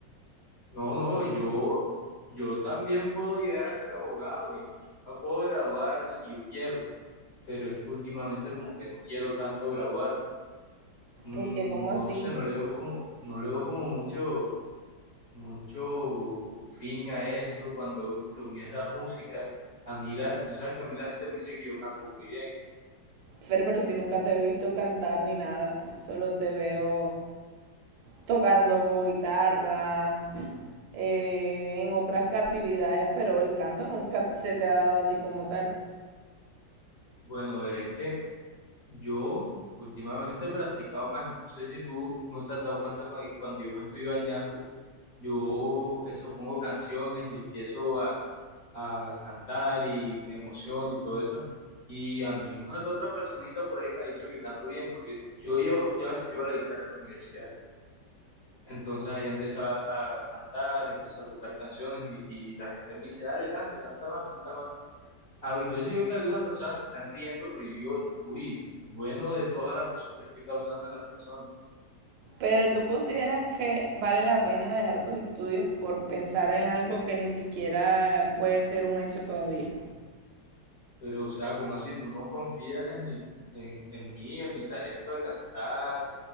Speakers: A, on the left; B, on the right.
A: no, no, yo, yo también puedo llegar a ser abogado y, y me puedo graduar si yo quiero. pero es que últimamente como que no quiero tanto grabarme. Mm,
B: porque ¿cómo así?
A: no sé, no le veo como, no le veo como mucho, mucho fin a eso cuando lo mío es la música. A mí la, tú sabes que a mí la gente me dice que yo canto muy bien.
B: Fer, pero si nunca te he visto cantar ni nada, solo te veo tocando como guitarra, eh, en otras actividades, pero el canto nunca se te ha dado así como tal.
A: Bueno, ver, es que yo últimamente he practicado más. No sé si tú no te has dado cuenta cuando, cuando yo me estoy bañando, yo eso pongo canciones y empiezo a, a cantar y me emociono y todo eso. Y a mí una que otra personita por ahí me ha dicho que canto bien, porque yo, llevo- yo a veces llevo la guitarra en la universidad. Entonces ella empieza a cantar, empieza a tocar canciones y, y la gente me dice, dale, canta, canta más, canta más. Ah, Yo sí veo que algunas personas se están riendo, pero yo, uy, bueno de toda la emoción que estoy causando en las personas.
B: Pero tú consideras que vale la pena dejar tus estudios por pensar en algo que ni siquiera puede ser un hecho todavía.
A: Pero, o sea, como así, tú no confías en, en, en mí, en mi talento de cantar